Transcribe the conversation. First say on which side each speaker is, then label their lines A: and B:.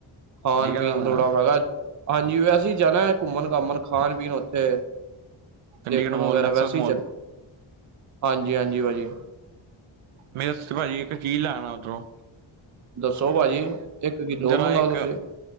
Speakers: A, on the right; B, on the right.
A: ਖਾਣ-ਪੀਣ
B: ਚੰਡੀਗੜ੍ਹ ਦਾ ਬਣਾਇਆ
A: ਦੌੜਾ ਵਗਾ ਹਾਂਜੀ, ਵੈਸੇ ਹੀ ਜਾਣਾ ਘੁੰਮਣ- ਘਾਮਣ ਖਾਣ-ਪੀਣ ਉੱਥੇ।
B: ਚੰਡੀਗੜ੍ਹ
A: ਦੇਖ ਵਗੈਰਾ
B: ਮੋਲ ਨੈਕਸਸ
A: ਵੈਸੇ
B: ਮੋਲ
A: ਹੀ ਚੱਲ, ਹਾਂਜੀ-ਹਾਂਜੀ ਭਾਜੀ।
B: ਮੇਰੇ ਵਾਸਤੇ ਭਾਜੀ ਇੱਕ ਚੀਜ਼ ਲੈ ਆਉਣਾ ਉਧਰੋਂ।
A: ਦੱਸੋ ਭਾਜੀ, ਇੱਕ ਕਿ ਦੋ
B: ਜਰਾ
A: ਮੰਗਵਾਓ
B: ਇੱਕ
A: ਤੁਸੀਂ।